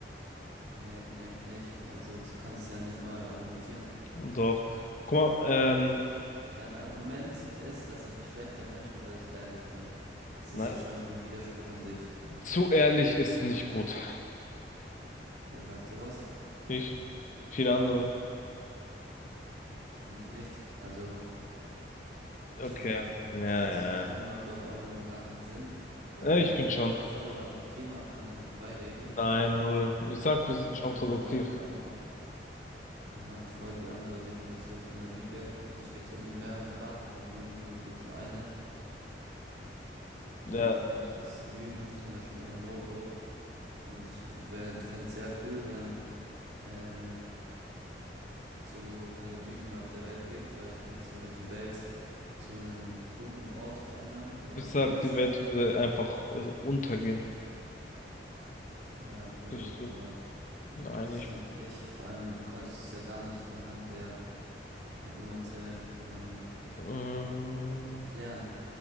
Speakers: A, on the right; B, on the left.
A: nee, denke ich nicht. Also du kannst es ja nicht mal argumentieren.
B: Doch. Guck mal, ähm,
A: Dein Argument ist, dass ich ein schlechter Mensch bin, weil ich ehrlich bin. Das
B: Nein,
A: ist ja schon ein Widerspruch an sich.
B: Zu ehrlich ist nicht gut.
A: Wer sagt sowas?
B: Ich? Viele andere?
A: Finde ich nicht. Also
B: Okay.
A: ich finde,
B: Ja,
A: diese
B: ja.
A: Diskussion macht auch ähm, gar keinen Sinn, weil
B: Ja, ich Ja. bin
A: wir tun
B: schon.
A: da voll am Thema aneinander vorbeireden.
B: Nein, null. Ich sag, wir
A: Doch,
B: sind schon
A: weil
B: produktiv.
A: ich glaube, wir haben auch, wir haben voll die andere Definition von der Lüge. Für dich gibt es irgendwie mehrere Arten von Lügen, für mich gibt es nur eine. Und
B: Ja.
A: für mich ist Lügen zum Beispiel ein No-Go. Und ich fände es sehr cool, wenn ähm, so keine Lügen mehr auf der Welt gibt, weil ich denke, das würde die Welt zu einem guten Ort verändern oder
B: Ich
A: halt
B: sag,
A: zu einem besseren.
B: die Welt würde einfach also untergehen.
A: Ja, cool,
B: Ich,
A: aber
B: nein,
A: das
B: ich.
A: denke ich nicht. Vor allem, du konntest es ja gar nicht anhand der Argumente ähm,
B: Mm,
A: erklären.